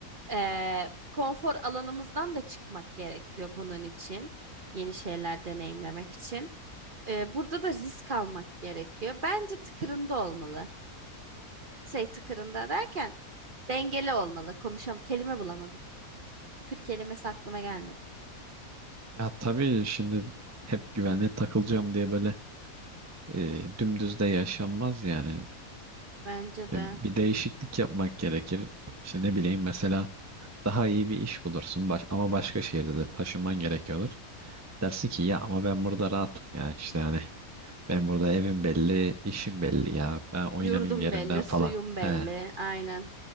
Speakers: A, on the right (about 45°); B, on the right (about 15°).
A: e, konfor alanımızdan da çıkmak gerekiyor bunun için. Yeni şeyler deneyimlemek için. E, burada da risk almak gerekiyor. Bence tıkırında olmalı. şey tıkırında derken dengeli olmalı. Konuşam kelime bulamadım. Tıkır kelimesi aklıma gelmedi.
B: Ya tabii şimdi hep güvenliğe takılacağım diye böyle e, dümdüz de yaşanmaz yani.
A: Bence
B: E,
A: de
B: bir değişiklik yapmak gerekir. İşte ne bileyim mesela daha iyi bir iş bulursun baş ama başka şehirde de taşınman gerekiyordur. Dersin ki ya ama ben burada rahatım ya işte yani ben burada evim belli, işim belli ya ben oynamayayım
A: yurdum
B: yerimden
A: belli,
B: falan.
A: suyum belli.
B: He.
A: Aynen.